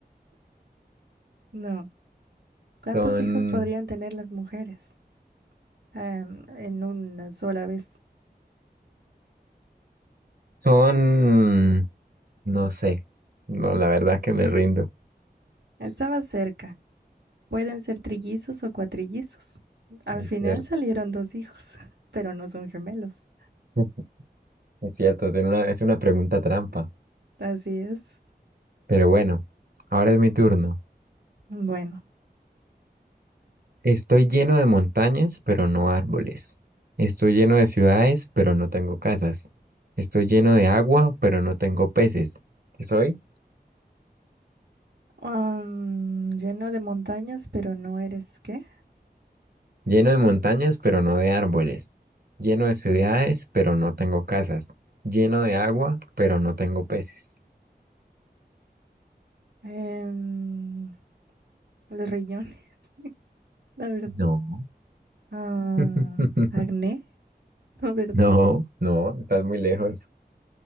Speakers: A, on the right; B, on the right.
A: No. ¿Cuántos
B: Son,
A: hijos podrían tener las mujeres? Am, en una sola vez.
B: son, no sé. No, la verdad que me rindo.
A: Estaba cerca. Pueden ser trillizos o cuatrillizos. Al
B: Es
A: final
B: cierto,
A: salieron dos hijos, <laughs> pero no son gemelos.
B: <laughs> es cierto, tiene una- es una pregunta trampa.
A: Así es.
B: Pero bueno, ahora es mi turno.
A: Bueno.
B: Estoy lleno de montañas, pero no árboles. Estoy lleno de ciudades, pero no tengo casas. Estoy lleno de agua, pero no tengo peces. ¿Qué soy?
A: Am, lleno de montañas, pero no eres ¿qué?
B: Lleno de montañas, pero no de árboles. Lleno de ciudades,
A: Ah,
B: pero no tengo casas. Lleno de agua, pero no tengo peces.
A: Em, los riñones, <laughs> la verdad.
B: No,
A: Ah,
B: <laughs>
A: acné, <laughs> no, verdad.
B: no, no, estás muy lejos.